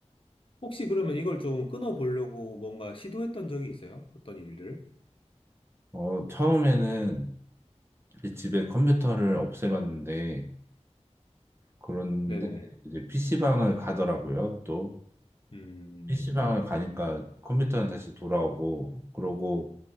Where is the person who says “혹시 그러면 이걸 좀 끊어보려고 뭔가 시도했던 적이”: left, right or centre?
Left